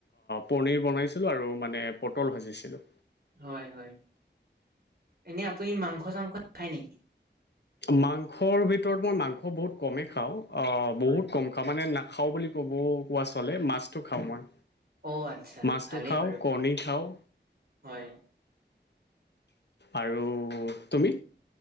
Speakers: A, on the left (about 65°); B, on the right (about 60°).
A: পনীৰ বনাইছিলো আৰু মানে পটল ভাজিছিলোঁ
B: হয় হয় এনেই আপুনি মাংস চাংস খায় নেকি
A: মাংসৰ ভিতৰত মই মাংস বহুত কমেই খাওঁ অ
B: হয়
A: বহুত কম খাওঁ মানে খাওঁ বুলি ক'ব, কোৱা চলে মাছটো খাওঁ মই।
B: অ আচ্ছা
A: মাছটো
B: ভালেই
A: খাওঁ,
B: বাৰু
A: কৰ্ণী খাওঁ।
B: হয়
A: আৰু তুমি